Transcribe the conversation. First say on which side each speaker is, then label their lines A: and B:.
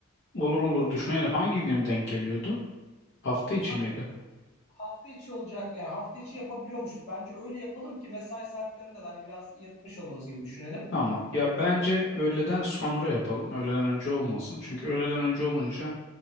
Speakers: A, on the left; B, on the left.
A: Olur olur düşünelim. Hangi gün denk geliyordu? Hafta içi
B: Abi
A: miydi?
B: hafta içi olacak yani hafta içi yapabiliyormuşuz. Bence öyle yapalım ki mesai saatlerinde de hani biraz yırtmış oluruz gibi düşünelim.
A: Tamam. Ya bence öğleden sonra yapalım. Öğleden önce olmasın. Çünkü öğleden önce olunca